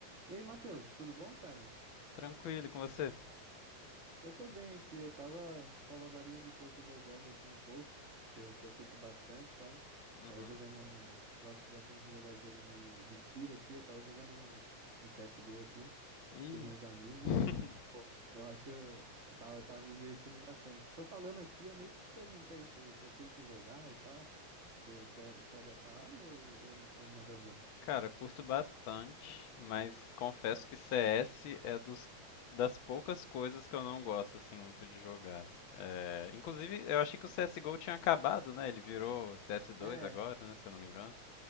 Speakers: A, on the right; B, on the left.
A: E aí, Matheus, tudo bom, cara?
B: Tranquilo, e com você?
A: Eu tô bem aqui, eu tava, tava agorinha de pouco jogando aqui um pouco, que eu, que eu curto bastante, sabe?
B: Uhum.
A: Tava jogando um. Gosto bastante de jogar jogo de, de tiro aqui, eu tava jogando um, um CSGO aqui
B: Ih.
A: com os meus amigos.
B: <laughs>
A: Pô, eu acho. Eu tava, eu tava me divertindo bastante. Tô falando aqui, eu nem te perguntei se você curte jogar e tal. Você você é, você é dessa área ou, ou, ou nada a ver?
B: Cara, curto bastante, mas confesso que CS é dos, das poucas coisas que eu não gosto assim muito de jogar. É, inclusive, eu achei que o CSGO tinha acabado, né? Ele virou CS2
A: É,
B: agora, né? Se eu não me engano.